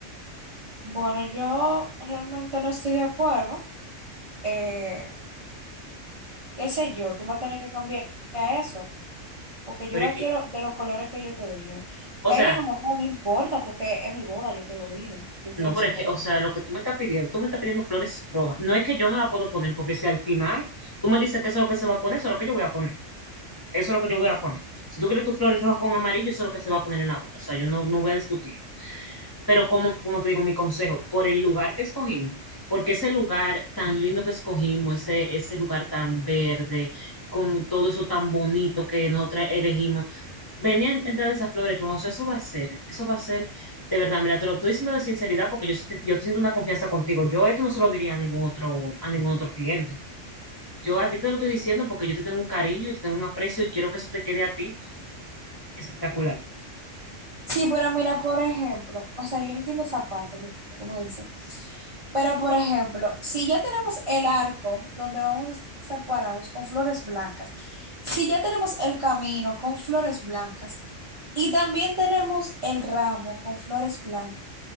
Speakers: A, on the right; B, on the left.
A: bueno, yo realmente no estoy de acuerdo. Eh, qué sé yo, tú vas a tener que cambiar eso. porque yo
B: Pero
A: la
B: es que,
A: quiero de los colores que yo te dije.
B: o
A: Peguen
B: sea,
A: o no, no importa, porque es mi boda, yo te lo dije. Yo
B: no,
A: quiero
B: pero
A: ese
B: es
A: color.
B: que, o sea, lo que tú me estás pidiendo, tú me estás pidiendo flores rojas. No es que yo no la puedo poner, porque si al final tú me dices que eso es lo que se va a poner, eso es lo que yo voy a poner. Eso es lo que yo voy a poner. Si tú quieres tus flores rojas con amarillo, eso es lo que se va a poner en la boda. O sea, yo no, no voy a discutirlo. Pero como, como te digo, mi consejo, por el lugar que escogimos, porque ese lugar tan lindo que escogimos, ese, ese lugar tan verde, con todo eso tan bonito que nosotros elegimos, venían a entrar esas flores rojas. O sea, eso va a ser, eso va a ser, de verdad, mira, te lo estoy diciendo de sinceridad porque yo, sí te- yo siento una confianza contigo. Yo esto no se lo diría a ningún otro, a ningún otro cliente. Yo a ti te lo estoy diciendo porque yo te tengo un cariño y te tengo un aprecio y quiero que eso te quede a ti Espectacular.
A: Sí, pero mira, por ejemplo, o sea, yo entiendo esa parte que tú me dices. Pero, por ejemplo, si ya tenemos el arco donde vamos a estar parados con flores blancas, si ya tenemos el camino con flores blancas y también tenemos el ramo con flores blancas,